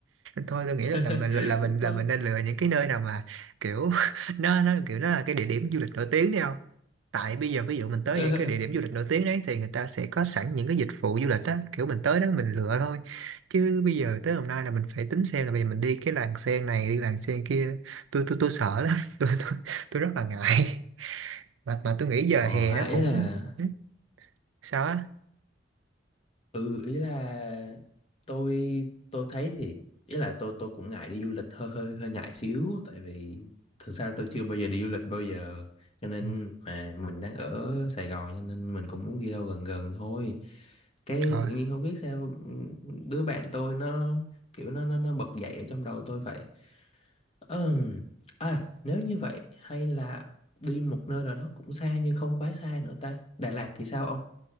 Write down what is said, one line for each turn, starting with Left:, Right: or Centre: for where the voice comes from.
Right: thôi tôi nghĩ là,
Left: <laughs>
Right: là mình là mình
Left: Tôi...
Right: là mình nên lựa những cái nơi nào mà kiểu <laughs> nó nó kiểu nó là cái địa điểm du lịch nổi tiếng đi không tại bây giờ ví dụ mình tới
Left: Ờ,
Right: những cái địa điểm du lịch nổi tiếng đấy thì người ta sẽ có sẵn những cái dịch vụ du lịch á kiểu mình tới đó mình lựa thôi chứ bây giờ tới Đồng Nai là mình phải tính xem là bây giờ mình đi cái làng sen này đi làng sen kia tôi tôi tôi sợ lắm <laughs> tôi tôi tôi rất là ngại mà mà tôi nghĩ
Left: ờ,
Right: giờ hè
Left: ha,
Right: nó
Left: ý
Right: cũng
Left: là...
Right: ừ, sao á
Left: Ừ, ý là tôi tôi thấy thì ý là tôi tôi cũng ngại đi du lịch hơi hơi hơi ngại xíu tại vì thực ra tôi chưa bao giờ đi du lịch bao giờ cho nên
Right: Ừ,
Left: mà mình đang ở Sài Gòn cho nên mình cũng muốn đi đâu gần gần thôi cái
Right: trời
Left: tự nhiên không biết sao đứa bạn tôi nó kiểu nó nó nó bật dậy ở trong đầu tôi vậy Ừm, À, nếu như vậy hay là đi một nơi nào đó cũng xa nhưng không quá xa nữa ta. Đà Lạt thì sao ông?